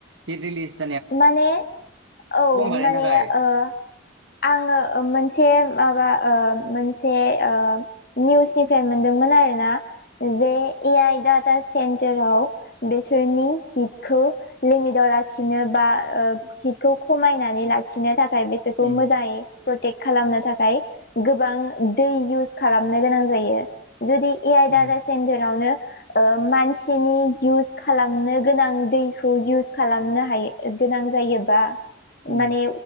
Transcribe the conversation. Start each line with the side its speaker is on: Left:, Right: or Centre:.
Right: हिट रिलिस
Left: माने औ
Right: बानायनो
Left: माने
Right: थाखाय
Left: ओ आङो ओ मोनसे माबा ओ मोनसे ओ निउसनिफ्राय मोनदोंमोन आरो ना जे ए आइ डाटा सेन्टाराव बेसोरनि हिटखौ लिमिटाव लाखि नो बा हिटखौ खमायनानै लाखिनो थाखाय बिसोरखौ
Right: उम
Left: मोजाङै प्रटेक्ट खालामनो थाखाय गोबां दै इउस खालामनो गोनां जायो। जुदि ए आइ
Right: उम
Left: डाटा सेन्टारावनो मानसिनि इउस खालामनो गोनां दैखौ इउस खालामनो गोनां जायो बा
Right: उम
Left: माने